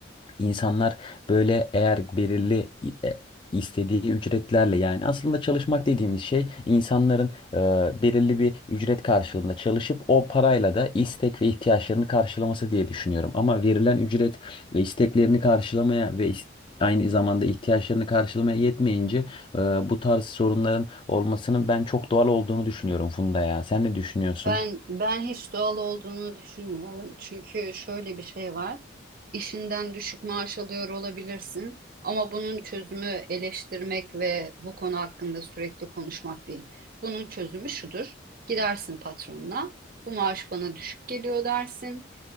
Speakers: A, on the left; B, on the right.
A: İnsanlar böyle eğer belirli e, istediği ücretlerle yani aslında çalışmak dediğimiz şey insanların e, belirli bir ücret karşılığında çalışıp o parayla da istek ve ihtiyaçlarını karşılaması diye düşünüyorum. Ama verilen ücret ve isteklerini karşılamaya ve is- aynı zamanda ihtiyaçlarını karşılamaya yetmeyince e, bu tarz sorunların olmasının ben çok doğal olduğunu düşünüyorum Funda ya. Sen ne düşünüyorsun?
B: Ben ben hiç doğal olduğunu düşünmüyorum. Çünkü şöyle bir şey var. İşinden düşük maaş alıyor olabilirsin ama bunun çözümü eleştirmek ve bu konu hakkında sürekli konuşmak değil. Bunun çözümü şudur. Gidersin patronuna. Bu maaş bana düşük geliyor dersin.